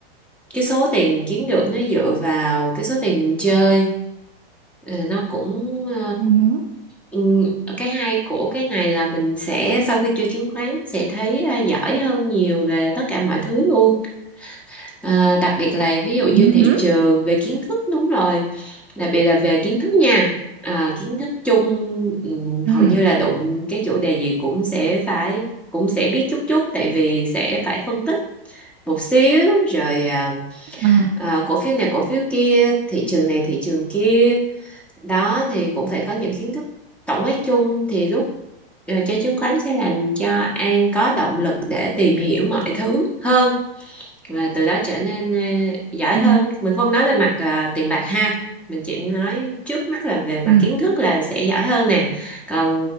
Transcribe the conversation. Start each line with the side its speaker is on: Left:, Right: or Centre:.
Centre: cái số tiền mình kiếm được nó dựa vào cái số tiền mình chơi. Ờ, nó cũng ờ,
Right: Ừ hử,
Centre: ừm, cái hay của cái này là mình sẽ sau khi chơi chứng khoán sẽ thấy ờ, giỏi hơn nhiều về tất cả mọi thứ luôn Ờ, đặc biệt là ví dụ như
Right: ừ
Centre: thị
Right: hử,
Centre: trường về kiến thức đúng rồi đặc biệt là về kiến thức nha à, kiến thức chung ừm,
Right: ừ,
Centre: hầu như là đụng cái chủ đề gì cũng sẽ phải cũng sẽ biết chút chút tại vì sẽ phải phân tích một xíu rồi à,
Right: ờ,
Centre: à, cổ phiếu này cổ phiếu kia thị trường này thị trường kia đó thì cũng phải có những kiến thức tổng quát chung thì lúc ờ, chơi chứng khoán sẽ làm cho An có động lực để tìm hiểu mọi thứ hơn và từ đó trở nên ờ, giỏi
Right: ừ,
Centre: hơn mình không nói về mặt ờ, tiền bạc ha mình chỉ nói trước mắt là về mặt
Right: ừ,
Centre: kiến thức là sẽ giỏi hơn nè còn